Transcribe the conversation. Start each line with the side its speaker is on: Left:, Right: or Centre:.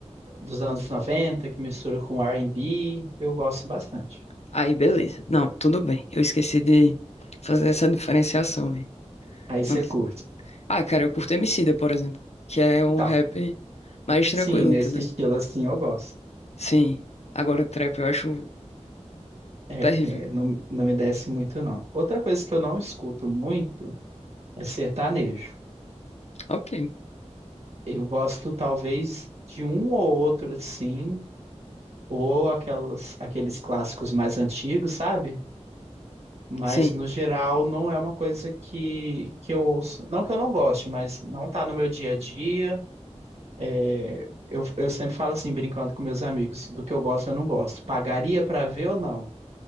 Right: dos anos 90 que mistura com R&B, eu gosto bastante.
Left: Aí, beleza. Não, tudo bem. Eu esqueci de fazer essa diferenciação, hein?
Right: Aí você
Left: Não.
Right: curte.
Left: Ah, cara, eu curto Emicida, por exemplo, que é um
Right: Então,
Left: rap mais tranquilo,
Right: sim, nesse
Left: entendeu?
Right: estilo assim eu gosto.
Left: Sim. Agora, trap eu acho
Right: É,
Left: terrível.
Right: é, não, não me desce muito, não. Outra coisa que eu não escuto muito é sertanejo.
Left: Ok.
Right: Eu gosto talvez de um ou outro, assim, ou aquelas, aqueles clássicos mais antigos, sabe? Mas
Left: Sim.
Right: no geral não é uma coisa que, que eu ouço. Não que eu não goste, mas não tá no meu dia a dia, É, eu, eu sempre falo assim, brincando com meus amigos, do que eu gosto, eu não gosto. Pagaria pra ver ou não?